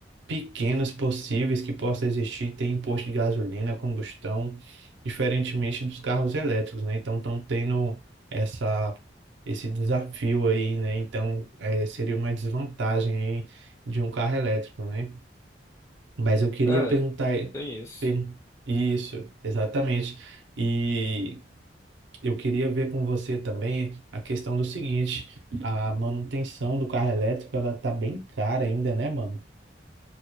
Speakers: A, on the right; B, on the left.
A: pequenas possíveis que possa existir tem imposto de gasolina, combustão, diferentemente dos carros elétricos, né? Então estão tendo essa esse desafio aí, né? Então eh, seria uma desvantagem aí de um carro elétrico, né? Mas eu queria
B: É,
A: perguntar
B: tem isso.
A: per- isso, exatamente. E eu queria ver com você também a questão do seguinte, a manutenção do carro elétrico, ela tá bem cara ainda, né, mano?